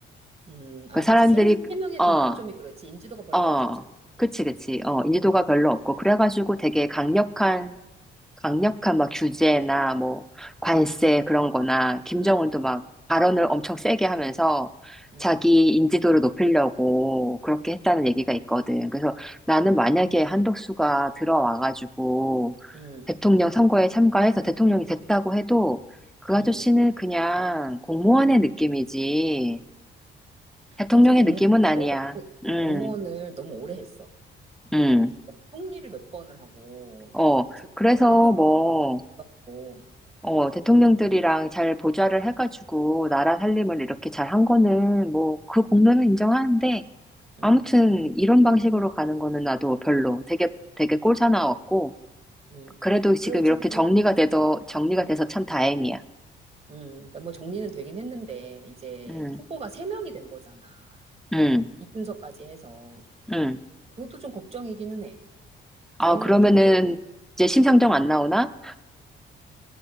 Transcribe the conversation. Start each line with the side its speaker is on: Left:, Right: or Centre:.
Right: 음, 아,
Centre: 그 사람들이,
Right: 그치. 세, 세 명의
Centre: 어,
Right: 공통점이 그렇지. 인지도가 별로
Centre: 어,
Right: 없었지,
Centre: 그치,
Right: 거기에.
Centre: 그치. 어, 인지도가
Right: 음,
Centre: 별로 없고, 그래가지고 되게 강력한 강력한 막 규제나 뭐 관세 그런 거나 김정은도 막 발언을 엄청 세게 하면서
Right: 음,
Centre: 자기 인지도를 높이려고 그렇게 했다는
Right: 음,
Centre: 얘기가 있거든. 그래서 나는 만약에 한덕수가 들어와가지고
Right: 음,
Centre: 대통령 선거에 참가해서 대통령이 됐다고 해도 그
Right: 음.
Centre: 아저씨는 그냥 공무원의 느낌이지 대통령의
Right: 맞아. 공,
Centre: 느낌은 아니야.
Right: 너무,
Centre: 음,
Right: 공무원을 너무 오래 했어.
Centre: 음.
Right: 진짜. 통리를 몇 번을 하고,
Centre: 어,
Right: 그치.
Centre: 그래서
Right: 외교부도
Centre: 뭐
Right: 하고,
Centre: 어, 대통령들이랑
Right: 음,
Centre: 잘 보좌를 해가지고 나라 살림을 이렇게 잘 한 거는 뭐 그
Right: 음,
Centre: 공로는 인정하는데
Right: 음.
Centre: 아무튼 이런 방식으로 가는 거는 나도 별로 되게 되게 꼴사나웠고
Right: 음.
Centre: 그래도 지금
Right: 그래서 차라리,
Centre: 이렇게 정리가 돼서 정리가 돼서 참 다행이야.
Right: 음, 그러니까 뭐 정리는 되긴 했는데, 이제
Centre: 음,
Right: 후보가 세 명이 된 거잖아.
Centre: 음,
Right: 이준석까지 해서
Centre: 음.
Right: 그것도 좀 걱정이기는 해. 걔는
Centre: 아, 그러면은
Right: 어떻게 할라?
Centre: 이제 심상정 안 나오나?